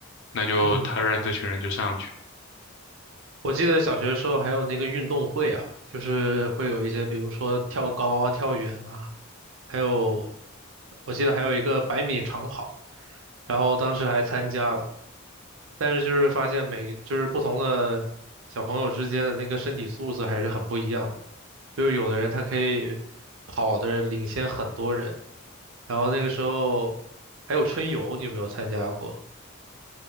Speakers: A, on the left; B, on the right.
A: 那就他让这群人就上去。
B: 嗯，我记得小学的时候还有那个运动会啊，就是会有一些，比如说跳高啊、跳远啊，还有我记得还有一个百米长跑，然后当时还参加了，但是就是发现每就是不同的小朋友之间的那个身体素质还是很不一样的。就是有的人他可以跑的领先很多人，然后那个时候还有春游，你有没有参加过？